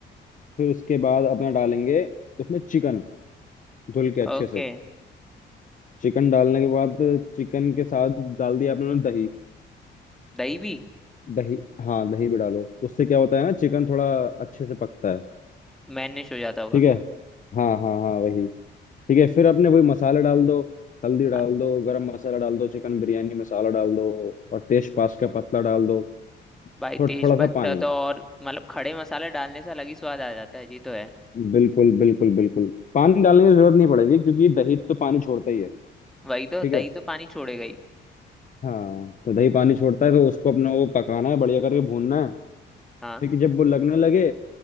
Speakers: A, on the left (about 40°); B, in the centre.
A: फिर उसके बाद अपना डालेंगे उसमें चिकन धुल के अच्छे
B: ओके
A: से चिकन डालने के बाद चिकन के साथ डाल दिया अपने दही
B: दही भी
A: दही हाँ दही भी डालो उससे क्या होता है ना चिकन थोड़ा अच्छे से पकता है
B: मैनिश हो जाता होगा
A: ठीक है हाँ हाँ हाँ वही ठीक है फिर अपने वही मसाले डाल दो हल्दी डाल
B: हाँ,
A: दो गरम मसाला डाल दो चिकन बिरयानी मसाला डाल दो और तेज पास का पत्ता डाल दो
B: भाई
A: और
B: तेज
A: थोड़ा
B: पत्ता
A: सा पानी
B: तो और मतलब खड़े मसाला डालने से अलग ही स्वाद आ जाता है जी तो है
A: बिल्कुल बिल्कुल बिल्कुल पानी डालने की जरूरत नहीं पड़ेगी क्योंकि दही तो पानी छोड़ता ही है
B: वही
A: ठीक
B: तो दही
A: है
B: तो पानी छोड़ेगा ही
A: हाँ तो दही पानी छोड़ता है तो उसको अपने को पकाना है बढ़िया करके भूनना है
B: हाँ
A: ठीक है जब वो लगने लगे